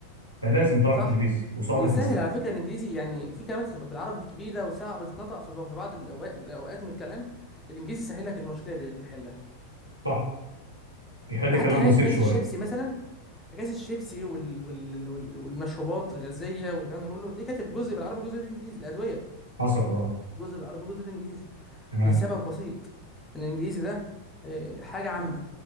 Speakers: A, on the right (about 85°); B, on the left (about 15°).
A: فلازم تعرف
B: صح
A: إنجليزي وصعب
B: بيسهل
A: تنساها
B: على فكره الانجليزي يعني في كلمات بتبقى بالعربي كبيره وصعبه تتنطق في في بعض الأوقات, الاوقات من الكلام الانجليزي سهل لك المشكله ديت ويحلها
A: صح بيخلي
B: حتى
A: كلام
B: حاليا
A: بسيط
B: اكياس
A: شوية
B: الشيبسي مثلا اكياس الشيبسي وال... وال... وال... والمشروبات الغازيه والكلام ده كله تلاقيه كاتب جزء بالعربي جزء بالانجليزي الادويه
A: حصل أه
B: جزء بالعربي جزء بالانجليزي
A: تمام
B: لسبب بسيط ان الانجليزي ده آه، حاجه عامه